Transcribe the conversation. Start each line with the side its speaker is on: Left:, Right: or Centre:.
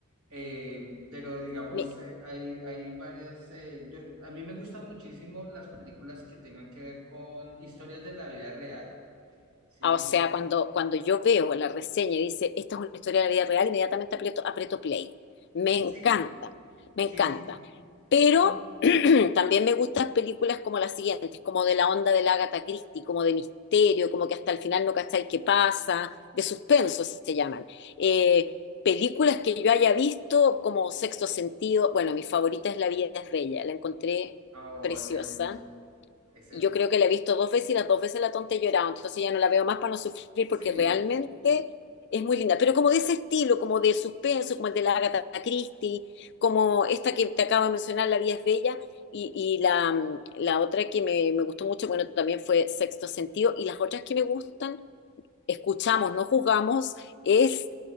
Right: eh, pero digamos,
Left: Mi-
Right: eh, hay, hay varias, eh, yo- a mí me gustan muchísimo las películas que tengan que ver con historias de la vida real, ¿sí?
Left: Ah, O sea, cuando, cuando yo veo la reseña y dice, esta es una historia de la vida real, inmediatamente aprieto, aprieto play. Me encanta,
Right: Sí,
Left: me
Right: sí,
Left: encanta.
Right: sí.
Left: Pero
Right: sí.
Left: <clears throat> también me gustan películas como las siguientes, como de la onda de la Agatha Christie, como de misterio, como que hasta el final no cacháis qué pasa, de suspenso se llaman. Eh, películas que yo haya visto como Sexto Sentido, bueno, mi favorita es La vida es bella, la encontré
Right: Oh,
Left: preciosa
Right: es hermosa, es hermosa.
Left: yo creo que la he visto dos veces y las dos veces la tonta he llorado, entonces ya no la veo más para no sufrir porque
Right: Sí.
Left: realmente es muy linda. Pero como de ese estilo, como de suspenso, como el de la Agatha Christie, como esta que te acabo de mencionar, La vida es bella, y, y la, mm, la otra que me, me gustó mucho, bueno, también fue Sexto Sentido, y las otras que me gustan escuchamos, no juzgamos, es,